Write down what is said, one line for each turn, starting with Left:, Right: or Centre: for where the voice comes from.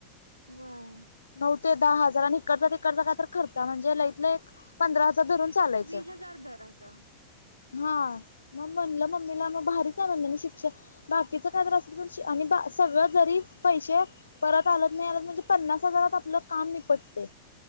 Right: होय.
Left: नऊ ते दहा हजार आणि इकडचा तिकडचा काय तर खर्चा. म्हणजे लईत लई पंधरा हजार धरून चालायचं
Right: वीस हजार धर अस.
Left: हा. मग म्हणलं मम्मीला मग भारी करलोय ना शिक्षण. बाकीच काही तर असल तरी सगळं जरी पैसे परत आलत नाही आलंत. म्हणजे पन्नास हजारात आपलं काम निपटते.